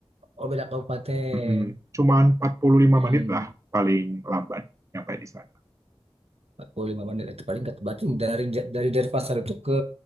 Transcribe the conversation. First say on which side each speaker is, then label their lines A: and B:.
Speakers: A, on the right; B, on the right.
A: Oh, beda kabupaten.
B: Mm-mm. Cuman 45
A: Hmm,
B: menit lah paling lambat nyampe di sana.
A: 45 menit itu paling nggak berarti dari dari dari pasar itu ke